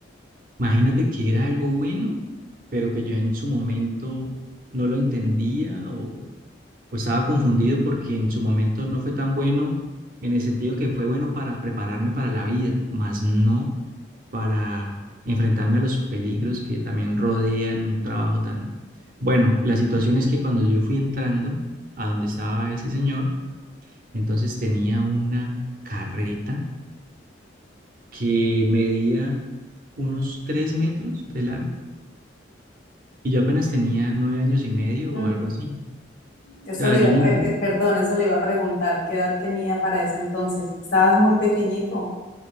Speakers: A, on the right; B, on the left.
A: Imagínate que era algo bueno, pero que yo en su momento no lo entendía o o estaba confundido porque en su momento no fue tan bueno, en el sentido que fue bueno para prepararme para la vida, más no para enfrentarme a los peligros que también rodean un trabajo tan... Bueno, la situación es que cuando yo fui entrando a donde estaba ese señor, entonces tenía una carreta que medía unos tres metros de largo y yo apenas tenía nueve años y medio
B: Mm.
A: o algo así.
B: Eso
A: O sea,
B: le iba
A: yo
B: a
A: no
B: pre-
A: tenía...
B: eh, perdón, eso le iba a preguntar qué edad tenía para ese entonces. Estabas muy pequeñito,